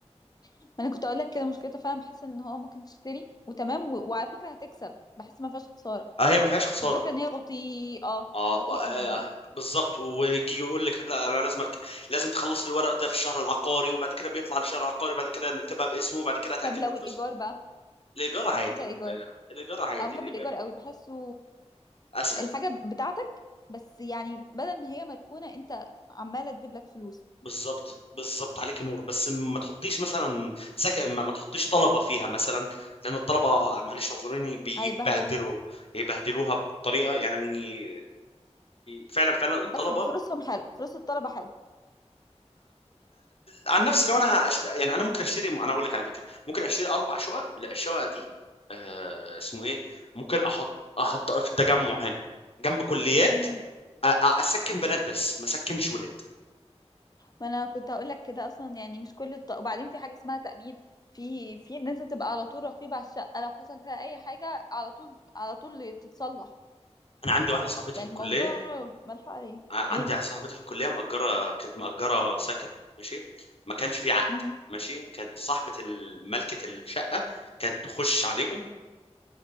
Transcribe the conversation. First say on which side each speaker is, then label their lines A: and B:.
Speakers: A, on the left (about 35°); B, on the left (about 55°).
A: ما انا كنت اقول لك كده مشكلتها فعلا بحس ان هو ممكن تشتري وتمام و... وعلى فكره هتكسب بحس ما فيهاش خساره
B: اه هي ما فيهاش خساره
A: بس الفكره ان هي بطيئه
B: اه
A: بطيئه
B: بقى- آه،
A: جدا
B: بالظبط ويجي يقول لك لا انا لازمك لازم تخلص لي الورق ده في الشهر العقاري وبعد كده بيطلع لشهر عقاري وبعد كده نكتبها باسمه وبعد كده اتاكد
A: طب لو
B: ان فلوس
A: الايجار بقى
B: الايجار عادي
A: لو حاجه ايجار
B: الايجار عادي
A: اه بحب
B: الايجار
A: الايجار قوي بحسه
B: اسهل
A: الحاجة بتاعتك بس يعني بدل ما هي مركونة انت عمالة تجيب لك فلوس
B: بالظبط بالظبط عليك نور بس ما تحطيش مثلا سكن ما, ما تحطيش طلبه فيها مثلا لان الطلبه معلش اعذريني بيبهدلوا
A: هيبهدلوها
B: يبهدلوها بطريقه يعني فعلا فعلا الطلبه
A: بس بفلوسهم حلو فلوس الطلبة حلو
B: عن نفسي لو انا هشت... يعني انا ممكن اشتري انا اقول لك على فكره ممكن اشتري اربع شقق لا، الشقق دي آه... اسمه ايه ممكن احط احط في التجمع هنا جنب كليات
A: امم
B: أ... أ- اسكن بنات بس ما اسكنش ولاد
A: ما انا كنت هقول لك كده اصلا يعني مش كل الط... وبعدين في حاجة اسمها تأمين في في ان انت تبقى على طول رقيب على الشقة لو حصل فيها اي حاجة على طول على طول تتصلح
B: انا عندي واحده صاحبتي
A: يعني
B: في الكليه
A: الموضوع ملحوق عليه
B: آه،
A: ايه
B: عندي واحده صاحبتي في الكليه مأجره كانت مأجره سكن ماشي ما كانش في عقد
A: امم
B: ماشي كانت صاحبه ال- ملكه الشقه كانت تخش عليهم